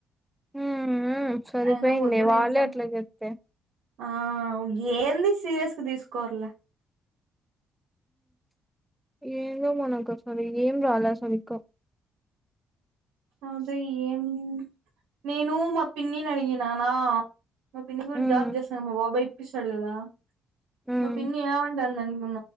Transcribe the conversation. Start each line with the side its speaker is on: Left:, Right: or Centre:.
Centre: ఊ ఊ ఊ సరిపోయింది
Right: అయినా వద్దులేండి
Centre: వాళ్ళే
Right: సార్
Centre: అట్లా చెప్తే
Right: ఆ ఏంది సీరియస్గా తీసుకోరులే
Centre: ఏదో మనకు సర ఏం రాలే సరిగ్గా
Right: అదే ఏం నేను మా పిన్నిని అడిగిననా మా పిన్న కూడా
Centre: ఉమ్
Right: జాబ్ చేస్తాం మా బాబాయి పిస్తాడుకదా
Centre: ఉమ్
Right: మ పిన్ని ఏం అంటతండి అంటే